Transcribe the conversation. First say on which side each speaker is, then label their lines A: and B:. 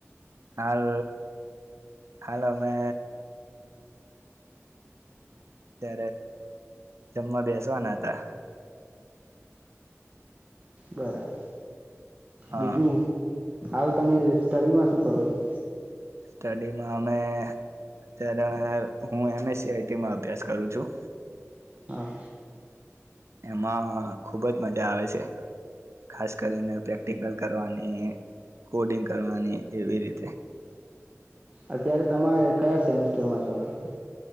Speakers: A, on the right; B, on the right.
A: હાલ હાલ અમે ત જમવા બેસવાના હતા.
B: બરાબર.
A: હા
B: બીજું. હાલ તમે સ્ટડીમાં શું કરો છો.
A: સ્ટડીમાં અમે અત્યારે હું એમએસ સઆઈ માં અભ્યાસ કરું છું.
B: હા
A: એમાં ખુબ જ મજા આવે છે ખાસ કરીને પ્રેક્ટિકલ કરવાની કોડિંગ કરવાની એવી રીતે.
B: અત્યારે તમામે કયા સેમેસ્ટરમાં છો હાલ.